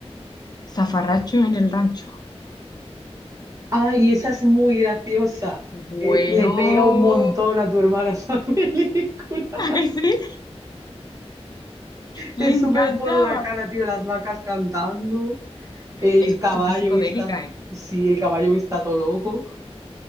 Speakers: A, on the left; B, on the right.
A: Zafarracho en el rancho.
B: Ay, esa es muy graciosa.
A: Bueno,
B: Eh, le pega un montón
A: <laughs>
B: a tu hermana esa <laughs> película.
A: ¿a que sí? Le
B: Es
A: encantaba.
B: súper por la cara, tío, las vacas cantando, el
A: Es
B: caballo
A: súper psicodélica,
B: que está,
A: ¿eh?
B: sí, el caballo que está todo loco.